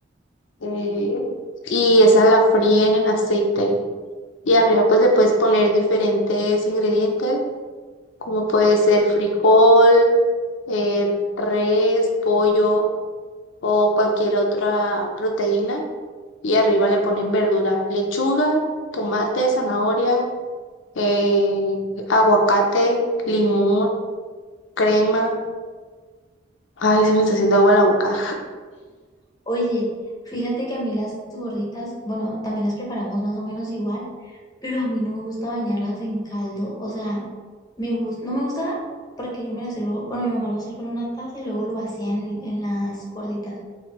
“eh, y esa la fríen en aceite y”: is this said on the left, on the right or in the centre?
Left